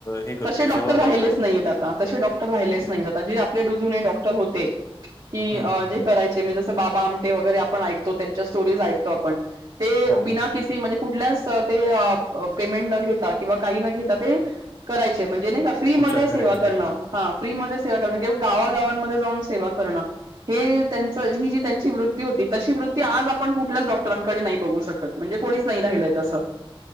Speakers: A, on the left; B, on the right.
A: हे करतोय...
B: तसे डॉक्टर
A: सेवा
B: राहिलेच
A: करतो
B: नाहीयेत आता... तशे डॉक्टर्स राहिलेच नाही आता... जे आपले जुने डॉक्टर होते की...
A: हं.
B: अं म्हणजे करायचे... बाबा आमटे वगैरे... आपण ऐकतो... त्यांच्या स्टोरीज ऐकतो आपण ते
A: हो,
B: बिना... के सी म्हणजे कुठल्याच ते... अं.. अं पेमेंट न घेता... किंवा काही न घेता... ते करायचे... म्हणजे नाही का... फ्री मध्ये
A: उपचार
B: सेवा
A: करायचे.
B: करणं हा... फ्रीमध्ये सेवा करणं... किंवा गावागावांमध्ये जाऊन सेवा करणं हे त्यांचं... ही जी त्यांची वृत्ती होती... तशी वृत्ती आज आपण कुठल्याच डॉक्टरांकडे नाही बघू शकत. म्हणजे कोणीच नाही राहिलंय तसं.